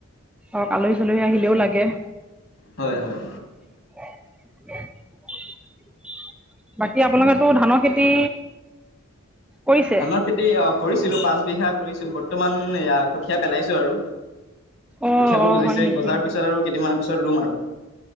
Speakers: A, in the centre; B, on the left.
A: ধৰক আলহী, চালহী আহিলেও লাগে।
B: হয়, হয়।
A: <unintelligible> বাকী, আপোনালোকৰতো ধানৰ খেতি কৰিছে?
B: ধানৰ খেতি অ', কৰিছিলো পাচবিঘা কৰিছো, বৰ্তমান এয়া কঠিয়া পেলাইছো আৰু
A: অঁ
B: কঠিয়াবোৰ
A: অঁ
B: গজিছে,
A: হয় নেকি
B: গজাৰ পিছত আৰু কেইদিনমানৰ পিছত ৰুম আৰু